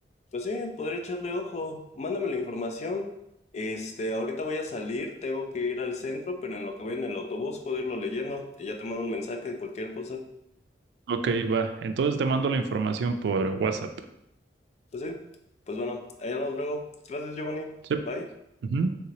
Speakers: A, on the left; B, on the right.
A: Pues sí, podría echarle ojo. Mándame la información. Este, ahorita voy a salir, tengo que ir al centro, pero en lo que voy en el autobús puedo irlo leyendo y ya te mando un mensaje de cualquier cosa.
B: Ok, va. Entonces te mando la información por WhatsApp.
A: Pues sí, pues bueno, allá nos vemos luego. Gracias, Giovanni.
B: Sí.
A: Bye.
B: Ujú.